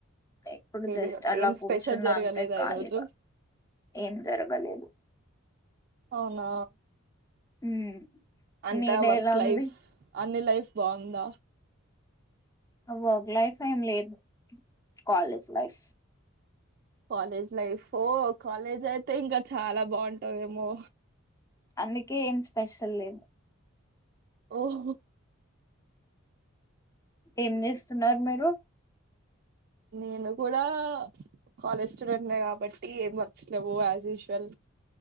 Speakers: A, on the left; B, on the right.
A: ఇప్పుడు
B: తెలియదు
A: జస్ట్ అలా
B: ఏం
A: కూర్చున్న
B: స్పెషల్ జరగలేదా
A: అంతే ఖాళీగా
B: ఈరోజు
A: ఏం జరగలేదు
B: అవునా
A: మ్మ్.
B: అంత
A: మీ డే
B: వర్క్
A: ఎలా ఉంది
B: లైఫ్ అన్ని లైఫ్ బాందా
A: వర్క్ లైఫ్ ఏం లేదు కాలేజ్ లైఫ్
B: కాలేజ్ లైఫో కాలేజ్ అయితే ఇంకా చాలా బావుంటందేమో
A: అందుకే ఏం స్పెషల్ లేదు
B: ఓహో
A: ఏం చేస్తున్నారు మీరు
B: నేను కూడా కాలేజ్ స్టూడెంట్నే కాబట్టి ఏం వర్క్స్ లేవు as usual